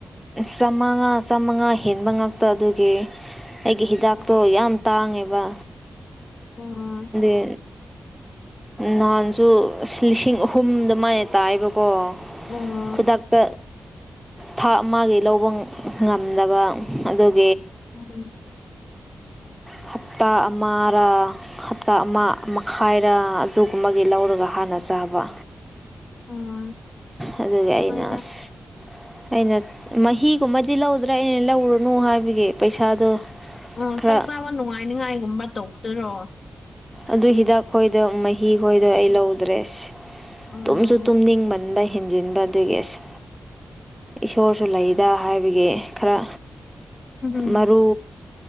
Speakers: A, in the centre; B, on the left.
A: ꯆꯥꯃꯉꯥ ꯆꯥꯃꯉꯥ ꯍꯦꯟꯕ ꯉꯥꯛꯇ ꯑꯗꯨꯒꯤ ꯑꯩꯒꯤ ꯍꯤꯗꯥꯛꯇꯣ
B: ꯎꯝ
A: ꯌꯥꯝ ꯇꯥꯡꯉꯦꯕ
B: ꯑꯣ
A: ꯑ ꯅꯍꯥꯟꯁꯨ ꯑ ꯂꯤꯁꯤꯡ ꯑꯍꯨꯝ ꯑꯗꯨ ꯃꯥꯏꯅ ꯇꯥꯏꯕ ꯑꯣ
B: ꯑꯣ
A: ꯈꯨꯗꯛꯇ ꯊꯥꯛ ꯑꯃꯒꯤ ꯂꯧꯕ ꯉꯝꯗꯕ ꯑꯗꯨꯒ
B: ꯎꯝ
A: ꯍꯞꯇꯥ ꯑꯃꯔꯥ ꯍꯞꯇꯥ ꯑꯃ ꯃꯈꯥꯏꯔ ꯑꯗꯨꯒꯨꯝꯕꯒꯤ ꯂꯧꯔꯒ ꯍꯥꯟꯅ ꯆꯥꯕ
B: ꯑꯣ
A: ꯑꯗꯨꯗꯒꯤ ꯑꯩꯅꯁ
B: ꯍꯣꯏꯗ
A: ꯑꯩꯅ ꯃꯍꯤꯒꯨꯝꯕꯗꯤ ꯂꯧꯗ꯭ꯔꯦ ꯑꯩꯅ ꯂꯧꯔꯨꯅꯨ ꯍꯥꯏꯕꯒꯤ ꯄꯩꯁꯥꯗꯣ
B: ꯑꯣ
A: ꯈꯔ
B: ꯆꯥꯛ ꯆꯥꯕ ꯅꯨꯡꯉꯥꯏꯅꯤꯉꯥꯏꯒꯨꯝꯕ ꯇꯧꯕꯗꯨꯔꯣ
A: ꯑꯗꯨ ꯍꯤꯗꯥꯛ ꯑꯩꯈꯣꯏꯗ ꯃꯩ ꯃꯍꯤ ꯈꯣꯏꯗꯣ ꯑꯩ
B: ꯎꯝ
A: ꯂꯧꯗ꯭ꯔꯦꯁ
B: ꯎꯝ
A: ꯇꯨꯝꯁꯨ ꯇꯨꯝꯅꯤꯡꯃꯟꯕ ꯍꯦꯟꯖꯤꯟꯕ ꯑꯗꯨꯒꯤ ꯑꯁ ꯏꯁꯣꯔꯁꯨ ꯂꯩꯗ ꯍꯥꯏꯕꯒꯤ ꯈꯔ
B: ꯎꯝ
A: ꯃꯔꯨ